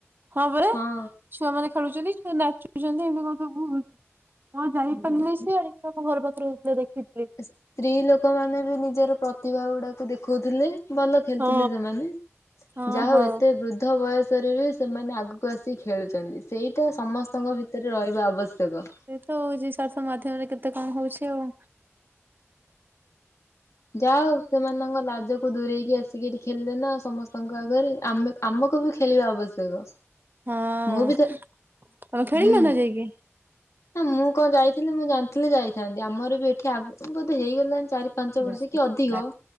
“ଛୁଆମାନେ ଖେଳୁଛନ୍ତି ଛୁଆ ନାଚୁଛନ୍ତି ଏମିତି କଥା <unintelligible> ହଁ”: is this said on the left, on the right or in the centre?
Right